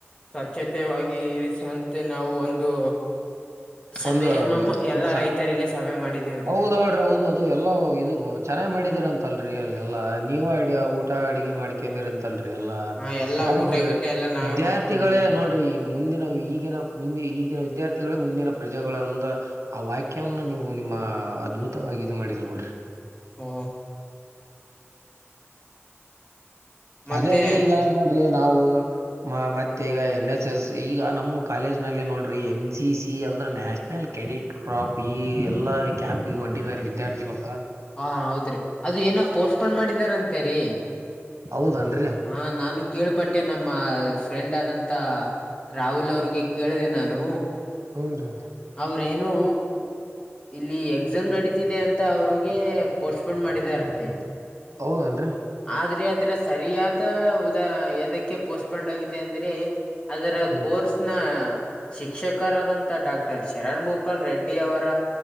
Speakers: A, on the left; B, on the right.
A: ಸ್ವಚ್ಛತೆವಾಗಿ ಇರಿಸಂತೆ ನಾವು ಒಂದು.. ಸಭೆಯನ್ನು
B: ಒಂದು
A: ಎಲ್ಲಾ
B: ಸ
A: ರೈತರಿಗೆ ಸಭೆ ಮಾಡಿದೇವ್ರಿ
B: ಹೌದ ಹ್ರಿ ಹೌದು ಅದು ಎಲ್ಲ ಇದು. ಚೆನ್ನಾಗಿ ಮಾಡಿದೀರ ಅಂತಲ್ರರಿ ಅಲ್ಲೆಲ್ಲಾ ನೀವು ಅ ಊಟ ಅಡಗೆ ಮಾಡ. ಯಾಕಂದ್ರ ಅಂತಲ್ರಿ ಎಲ್ಲಾ
A: ಹ ಎಲ್ಲಾ
B: ಬಾರಿ
A: ಊಟ
B: ಬಿಡ್ರಿ
A: ಗಿಟ ಎಲ್ಲಾ ನಾವೇ
B: ವಿದ್ಯಾರ್ಥಿಗಳೇ
A: ಮಾಡ್ಕೊಂಡಿದೇವ್
B: ನೋಡ್ರಿ. ಮುಂದಿನ ಈಗಿನ ಮುಂದಿನ ಈಗಿನ ವಿದ್ಯಾರ್ಥಿಗಳೇ ಮುಂದಿನ. ಪ್ರಜೆಗಳ ಒಂದ ಆ ವಾಕ್ಯವನ್ನ ನೀವು ನಿಮ್ಮ ಅದ್ಭುತವಾಗಿ ಇ ಮಾಡಿದ್ರ ಡ್ರಿ.
A: ಹಾ. ಮತ್ತೆ
B: ಅದೇ ರೀ ಈಗ ನೋಡ್ರಿ ನಾವು. ಮ ಮತ್ತೆ ಈಗ ಎನ್ ಎಸ್ ಎಸ್ ಈಗ ನಮ್ಮ್ ಕಾಲೇಜ್ ನಲ್ಲಿ ನೋಡ್ರಿ ಎನ್ ಸಿ ಸಿ ಅಂದ್ರ ನ್ಯಾಷನಲ್ ಕ್ರೆಡಿಟ್. ಕ್ರಾಪ್ ಈ ಎಲ್ಲಾ ಕ್ಯಾಂಪ್ಗೆ ಹೊಂಟಿದ್ದಾರೆ ವಿದ್ಯಾರ್ಥಿಗಳು.
A: ಹಾ ಹೌದ್ರಿ ಅದು ಏನ ಪೋಸ್ಟ್ಪೋನ್್ ಮಾಡಿದಾರ ಅಂತೇರಿ.
B: ಹೌದನ್ರಿ
A: ಹಾ ನಾನು ಕೇಳ್ಪಟ್ಟೆ ನಮ್ಮ ಫ್ರೆಂಡ್ ಆದಂತ. ರಾಹುಲ್ ಅವ್ರಿಗೆ ಕೇಳಿದೆ ನಾನು.
B: ಹುನ್ರಿ
A: ಅವ್ರೇನುೂ ಇಲ್ಲಿ ಎಕ್ಸಾಮ್ ನಡೀತಿದೆ ಅಂತ ಅವ್ರಿಗೆ ಪೋಸ್ಟ್ಪೋನ್ ಮಾಡಿದಾರಂತೆ.
B: ಹೌದನ್ರೀ.
A: ಆದ್ರೆ ಅದರ ಸರಿಯಾದ ಉದಾ ಎದಕ್ಕೆ ಪೋಸ್ಟ್ಪೋಂಡ್ ಆಗಿದೆ ಅಂದ್ರೆ ಅದರ
B: ಹ್ಮ್
A: ಕೋರ್ಸ್ ನ ಶಿಕ್ಷಕರಾದಂತ ಡಾಕ್ಟರ್ ಶರಣ್ ಭೋಪಾಲ್ ರೆಡ್ಡಿ ಅವರ